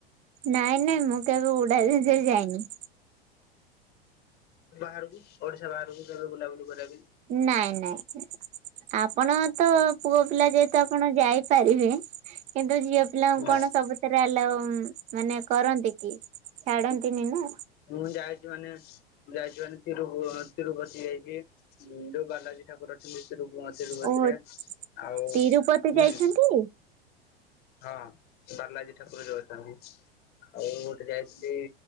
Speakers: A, on the right; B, on the left.
A: ନାଇଁ ନାଇଁ ମୁଁ କେବେ ଉଡାଜାହାଜ ରେ ଯାଇନି।
B: ବାହାରକୁ ଓଡିଶା ବାହାରକୁ କେବେ ବୁଲାବୁଲି କରିବା ପାଇଁ।
A: ନାଇଁ ନାଇଁ ନାଇ ଆପଣ ତ ପୁଅ ପିଲା ଯେହେତୁ ଆପଣ ଯାଇ ପାରିବେ। କିନ୍ତୁ ଝିଅ ପିଲାଙ୍କୁ
B: ପାଇଁ?
A: କଣ ସବୁ। ଥେରେ ଆଲାଭ ମାନେ କରନ୍ତି କି ଛାଡନ୍ତିନି ନା।
B: ମୁଁ ଯାଇଛି ମାନେ। ମୁଁ ଯାଇଛି ମାନେ ତିରୁ ତିରୁପତି ଯାଇଛି ଯୋଉ ବାଲାଜୀ ଠାକୁର ଅଛନ୍ତି। ତିରୁ ମ ତିରୁ ପତି
A: ଓହୋ
B: ରେ ଆଉ ହୁଁ।
A: ତିରୁପତି ଯାଇଛନ୍ତି?
B: ହଁ ବାଲାଜୀ ଠାକୁର ଛୋଉ ଅଛନ୍ତି। ଆଉ ଗୋଟେ ଯାଇଥିଲି